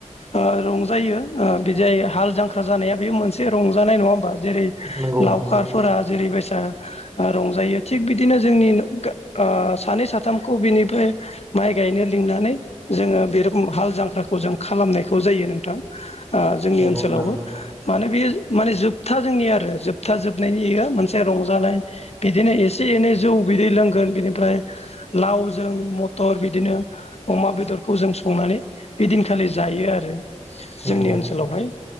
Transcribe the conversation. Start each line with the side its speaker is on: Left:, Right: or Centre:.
Left: ओ रंजायो बिदिाय हाल जांख्रा जानाया बेयो मोनसे रंजानाय नङा होमबा जेरै
Right: नंगौ
Left: लावखारफोरा जेरैबायसा ओ रंजायो थिग बिदिनो जोंनि गो- सानै साथामखौ बिनिफ्राय माइ गायनो लिंनानै जोङो बे रोखम हाल जांख्राखौ जों खालामनायखौ जायो नोंथां। जोंनि
Right: नंगौ
Left: ओनसोलावबो
Right: नोंथां
Left: मानो बेयो माने जोबथा जोंनि आरो जोबथा जोबनायनियो मोनसे रं जानाय बिदिनो एसे एनै जौ बिदै लोंगोन बिनिफ्राय लावजों मथर बिदिनो अमा बेदरखौ जों संनानै बेदिनखालि जायो आरो जोंनि
Right: नंगौ
Left: ओनसोलावहाय